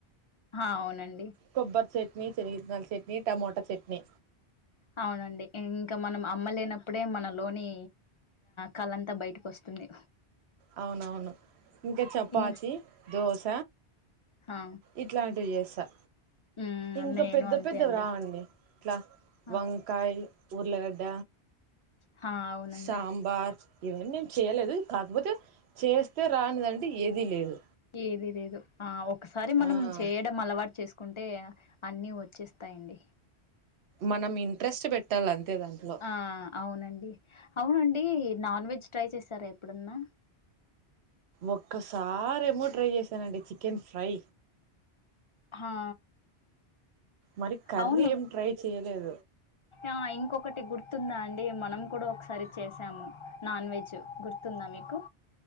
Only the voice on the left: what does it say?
అవునం
అవునండి ఇంకా మనం అమ్మలేనప్పుడే మన లోని కళ అంతా బయటకి వస్తుంది
ఇం
హా
మ్మ్
నేను
అంతే
అండి
ఆ
హా అవునండి
ఏది లేదు ఆ ఒకసారి మనం
చేయడం అలవాటు చేసు కుంటే అన్ని వచ్చేస్తాయి అండి
ఆ అవునండి అవునండి నాన్ వెజ్ ట్రై చేస్ సరే ఎప్పుడన్నా
హా
అవును
ఆ ఇంకొకటి గుర్తుందా అండి మనం కూడా ఒకసారి చేసాము నాన్ వెజ్ గుర్తుందా మీకు